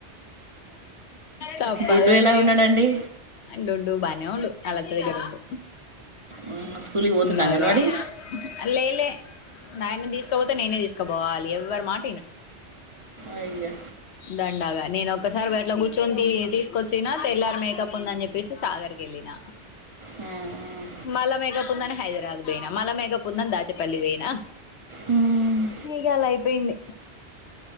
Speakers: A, on the left; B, on the right.
A: తప్పదండి
B: డుడ్డు ఎలా ఉన్నాడండి
A: డుడ్డు బనే ఉండు అలత్త దగ్గర ఉండు
B: మ్మ్, స్కూల్కి పోతున్నా
A: బాగా
B: అంగన్వాడి
A: లేలే నాయన్న తీసుకపోతే నేనే తీసుకుపోవాలి ఎవ్వరి మాట్
B: అయ్య
A: దండాగా నేను ఒక్కసారి గట్లా కూర్చొని తీసుకొచ్చిన తెల్లారీ మేకప్ ఉందని చెప్పేసి సాగర్కి వెళ్ళిన
B: మ్మ్.
A: మళ్ళ మేకప్ ఉందని హైదరాబాద్ పోయినా మళ్ళ మేకప్ ఉందని దాచేపల్లి పోయినా
B: మ్మ్.
A: ఇగలైపోయింది